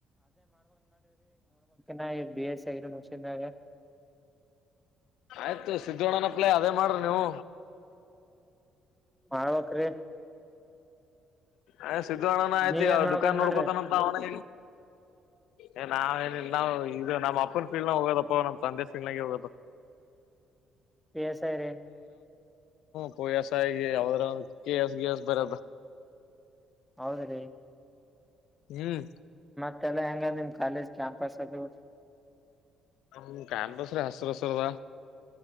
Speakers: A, in the centre; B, on the left.
A: ನ ಬಿ ಎಸ್ಗ ಮುಸಗ
B: ಆಯ್ತು ಸಿದ್ದೋಣ್ಣನಪ್ಲೈ ಅದೇ ಮಾಡ್ರಿ ನೀವು
A: ಹವಕ್ರೀ
B: ಅ್ ಸ್ಧಾರ್ಣನ ಆಯ್ತಿ
A: ನೀವ
B: ಅವ
A: ಏನ್ ಮಾಡ್ಬೇಕಂದ್
B: ದದುಕಾನ್ ನೋಡ್ಕತಾನ
A: ಮಾಡ್ರಿ
B: ಅಂತ ಅವನ ಏ ನಾವ ಏನಿಲ್ಲ ನಾವವು ಇದು ನಮ್ಮ್ ಅಪ್ಪನ ಫೀಲ್ಡ್ನಾಗ ಹೋಗೋದಪ್ಪ ನಮ್ ತಂದೆ ಫೀಲ್ಡ್ನಾಗ ಹೋಗದ
A: ಬಸಾಯರೆ
B: ಹಓ ಯ ಆಸಾ ಆ ಯದ ಕೆಸಗೆ ಬರ
A: ಹೌದ ರೀ
B: ಹ್ಮ್
A: ಮಲ್ಲ ಹೆಂಗ ನಿಮ್ ಕಾಲೇಜ್ ಕ್ಯಾಂಪಸ್ ಅದು
B: ಹ ಕಂಪಸ್ ರ ಹಸರು ಹಸರದ